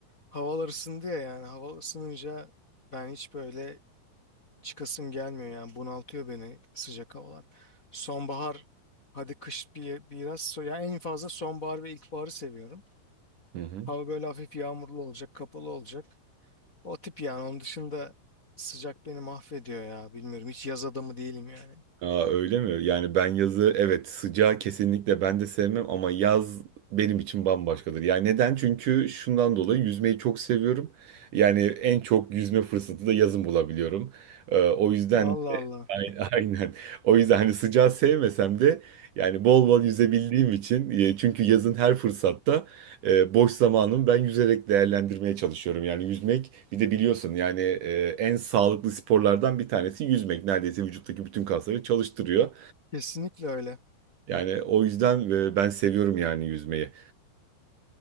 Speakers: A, on the left (about 30°); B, on the right (about 65°).
A: Havalar ısındı ya yani hava ısınınca ben hiç böyle çıkasım gelmiyor yani bunaltıyor beni sıcak havalar. Sonbahar hadi kış bir, biraz so yani en fazla sonbahar ve ilkbaharı seviyorum.
B: Hı hı.
A: Hava böyle hafif yağmurlu olacak, kapalı olacak. O tip yani onun dışında sıcak beni mahvediyor ya bilmiyorum hiç yaz adamı değilim yani.
B: Aa, öyle mi? Yani ben yazı evet sıcağı kesinlikle ben de sevmem ama yaz benim için bambaşkadır. Yani neden? Çünkü şundan dolayı yüzmeyi çok seviyorum. Yani en çok yüzme fırsatı da yazın bulabiliyorum. Ee, o yüzden
A: Allah Allah.
B: Ay- <laughs> Aynen. O yüzden hani sıcağı sevmesem de yani bol bol yüzebildiğim için e, çünkü yazın her fırsatta e, boş zamanımı ben yüzerek değerlendirmeye çalışıyorum. Yani yüzmek bir de biliyorsun yani e, en sağlıklı sporlardan bir tanesi yüzmek. Neredeyse vücuttaki bütün kasları çalıştırıyor.
A: Kesinlikle öyle.
B: Yani o yüzden e, ben seviyorum yani yüzmeyi.